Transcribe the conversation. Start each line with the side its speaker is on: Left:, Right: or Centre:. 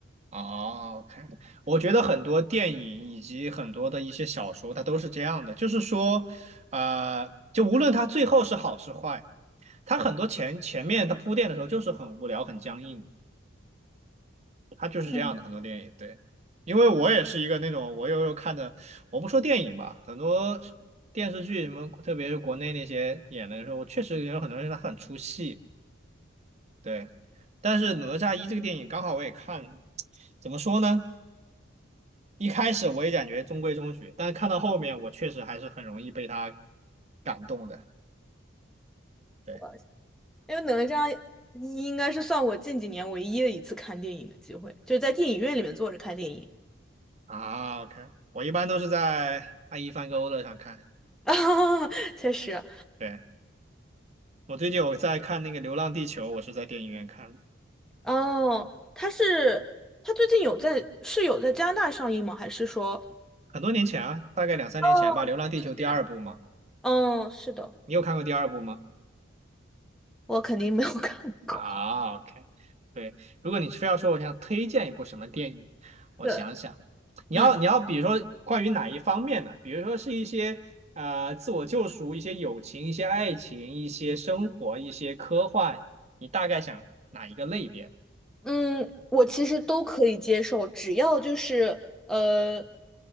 Right: 哦，OK，我觉得很多电影以及很多的一些小说，它都是这样的，就是说，呃，就无论它最后是好是坏，它很多前前面它铺垫的时候就是很无聊、很僵硬它就是这样的，
Centre: 嗯，
Right: 很多电影，对，因为我也是一个那种，我有时候看的，我不说电影吧，很多电视剧什么，特别是国内那些演的时候，我确实有很多人他很出戏，对。但是《哪吒一》这个电影刚好我也看，怎么说呢？一开始我也感觉中规中矩，但是看到后面，我确实还是很容易被他感动的。对
Centre: 我因为哪吒一应该是算我近几年唯一的一次看电影的机会，就是在电影院里面坐着看电影。
Right: 啊，OK，我一般都是在爱一帆跟欧乐上看。
Centre: <laughs> 确实，
Right: 对，我最近有在看那个《流浪地球》，我是在电影院看的。
Centre: 哦，他是他最近有在是有在加拿大上映吗？还是说，
Right: 很多年前啊，大概两三年前吧，
Centre: 哦，
Right: 《流浪地球》第二部嘛，
Centre: 天嗯，是的，
Right: 你有看过第二部吗？
Centre: 我肯定没有 <laughs> 看过。
Right: 啊，OK，对，如果你非要说我想推荐一部什么电影，我想想，
Centre: 对，
Right: 你要你要比如说关于哪一方面的，
Centre: 嗯，
Right: 比如说是一些呃自我救赎、一些友情、一些爱情、一些生活、一些科幻，你大概想哪一个类别的？
Centre: 嗯，我其实都可以接受，只要就是呃